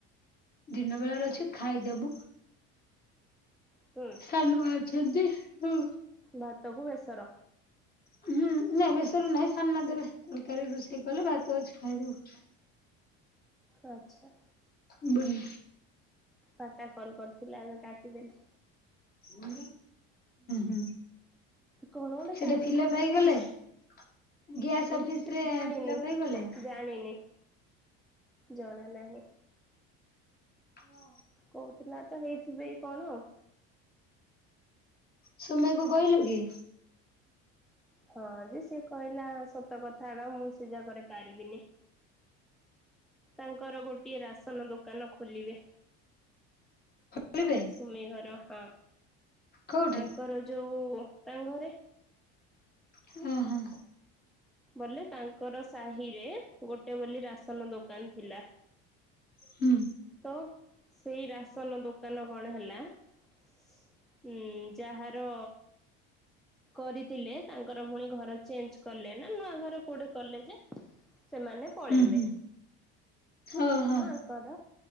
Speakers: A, on the left; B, in the centre.
A: ଦିନ ବେଳାର ଅଛି ଖାଇଦୋବୁ।
B: ହୁଁ।
A: ଚାଲୁଅଛନ୍ତି ହୁଁ।
B: ଭାତକୁ ବେସର।
A: ହୁଁ ନାଇଁ ବେସରେ ନାଇଁ ସାନ ମା ଦେବେ ତରକାରୀ ରୋଷେଇ କଲେ ଭାତଅଛି ଖାଇଦୋବୁ।
B: ଆଚ୍ଛା।
A: ସୁବୁନି।
B: ବାପା କଲ କରିଥିଲେ ଆଗ କାଟିଦେଲି।
A: ହୁଁ ହୁଁ।
B: କଣ ଗୋଟେ
A: ସେଟା
B: କାଲିଠୁ
A: ଫିଲପ
B: କହିବି
A: ହେଇଗଲେ
B: କହୁଛି।
A: ଗ୍ୟାସ
B: ହୁଁ
A: ଅଫିସରେ
B: ଜାଣିନି
A: ଫିଲପ ହେଇଗଲେ
B: ଜାଣିନି ଜଣା ନାହିଁ।
A: ହଁ।
B: କହୁଥିଲାତ ହେଇଥିବେ କି କଣ।
A: ସୁମେଇକୁ କହିଲୁକି?
B: ହଁ ଯେ ସିଏ କହିଲା ସତକଥା ହେଲା ମୁଁ ସେ ଯାଗାରେ ପାରିବିନି। ତାଙ୍କର ଗୋଟିଏ ରାସନ ଦୋକାନ ଖୋଲିବେ।
A: ଖେଳିବେ
B: ସୁମିଘର ହଁ
A: କୋଉଠି
B: ତାଙ୍କର ଯୋଉ ତାଙ୍କଘରେ।
A: ହୁଁ ହୁଁ।
B: ବଲେ ତାଙ୍କର ସାହିରେ ଗୋଟେ ବୋଲି ରାସନ ଦୋକାନ ଥିଲା।
A: ହୁଁ
B: ତ ସେଇ ରାସନ ଦୋକାନ କଣ ହେଲା ହୁଁ ଯାହାର କରିଥିଲେ ତାଙ୍କର ପୁଣି ଘର ଚେଞ୍ଜ କଲେନା ନୂଆ ଘର କୁଆଡେ କଲେ ଯେ। ସେମାନେ ପଳେଇବେ
A: ହୁଁ ହୁଁ ଓହୋ
B: ତାଙ୍କର